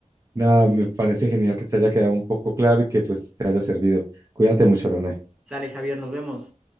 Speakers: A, on the right (about 25°); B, in the centre.
A: Nada, me parece genial que te haya quedado un poco claro y que pues te haya servido. Cuídate mucho, René.
B: Sale, Javier, nos vemos.